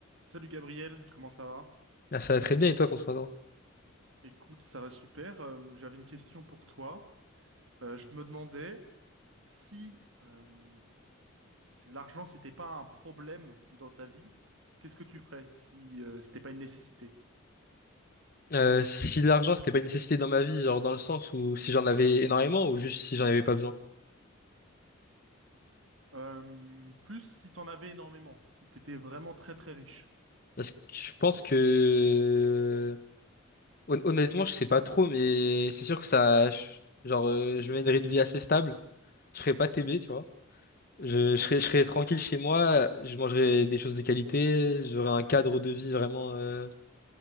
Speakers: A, on the right; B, on the left.
A: Salut Gabriel, comment ça va?
B: Ah, ça va très bien et toi, Constantin?
A: Écoute, ça va super. Euh, j'avais une question pour toi. Euh, je me demandais si euh, l'argent, c'était pas un problème dans ta vie, qu'est-ce que tu ferais si euh, c'était pas une nécessité?
B: Euh, si l'argent, c'était pas une nécessité dans ma vie, genre dans le sens où si j'en avais énormément ou juste si j'en avais pas besoin.
A: Euh, plus si t'en avais énormément, si t'étais vraiment très très riche.
B: Parce que je pense que euh, hon- honnêtement, je sais pas trop, mais c'est sûr que ça, je- genre, euh, je mènerais une vie assez stable. Je ferais pas TB, tu vois. Je, je serais, je serais tranquille chez moi. Je mangerais des choses de qualité. J'aurais un cadre de vie vraiment euh,